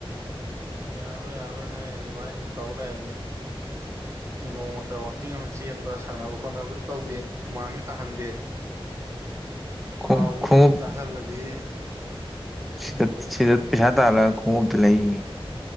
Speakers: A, on the right (about 30°); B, in the centre.
A: ꯌꯥꯔꯣꯏ ꯌꯥꯔꯣꯏ ꯅꯣꯏ ꯑꯗꯨꯃꯥꯏꯅ ꯁꯨꯝ ꯇꯧ ꯂꯩꯑꯗꯤ ꯅꯣꯡꯃꯇ ꯋꯥꯋꯥꯛꯀꯤꯡ ꯑꯃ ꯆꯦꯟꯕ ꯁꯥꯟꯅꯕ ꯈꯣꯠꯅꯕꯁꯨ ꯇꯧꯗꯦ ꯍꯨꯃꯥꯡꯁꯨ ꯇꯥꯍꯟꯗꯦ
B: ꯈꯣꯡꯎꯞ
A: ꯊꯥꯎꯗꯣ ꯁꯨꯝ ꯆꯥꯥꯁꯜꯂꯗꯤ
B: ꯁꯤꯗ ꯁꯤꯗ ꯄꯁꯥ ꯇꯂ ꯈꯣꯡꯗ ꯂꯩ